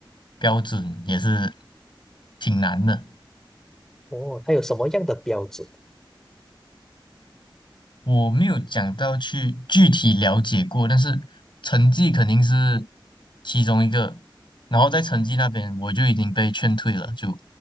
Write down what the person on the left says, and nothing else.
标准也是挺难的。
我没有讲到去具体了解过，但是成绩肯定是其中一个。然后在成绩那边，我就已经被劝退了，就